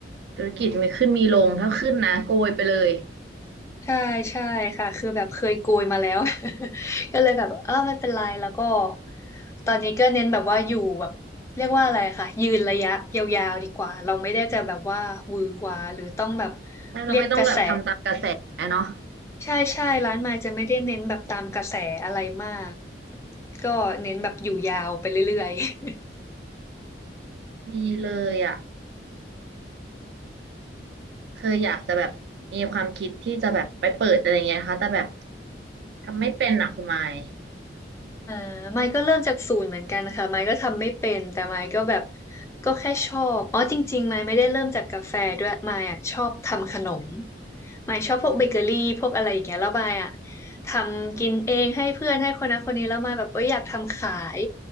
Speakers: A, on the right; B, on the left.
A: ธุรกิจมีขึ้นมีลงถ้าขึ้นนะโกยไปเลย
B: ใช่ใช่ค่ะคือแบบเคยโกยมาแล้ว <laughs> ก็เลยแบบเออไม่เป็นไรแล้วก็ตอนนี้ก็เน้นแบบว่าอยู่แบบเรียกว่าอะไรค่ะยืนระยะยาวๆดีกว่าเราไม่ได้จะแบบว่าหวือหวาหรือต้องแบบ
A: ถ้าเราไม่ต้องแบบทำตามกระแสเนาะ
B: เรียกกระแสใช่ใช่ร้านไม้จะไม่ได้เน้นแบบตามกระแสอะไรมากก็เน้นแบบอยู่ยาวไปเรื่อยๆ
A: ดีเลยอะเคยอยากจะแบบมีความคิดที่จะแบบไปเปิดอะไรเงี้ยนะคะแต่แบบทำไม่เป็นอะคุณไมค์
B: อ่าไมค์ก็เริ่มจากศูนย์เหมือนกันค่ะไมค์ก็ทำไม่เป็นแต่ไมค์ก็แบบก็แค่ชอบอ๋อจริงๆไมค์ไม่ได้เริ่มจากกาแฟด้วยไมค์อะชอบทำขนมไมค์ชอบพวกเบเกอรี่พวกอะไรอย่างเงี้ยแล้วไมค์อะ
A: อืม
B: ทำกินเองให้เพื่อนให้คนนั้นคนนี้แล้วไมค์แบบเอ้ยอยากทำขาย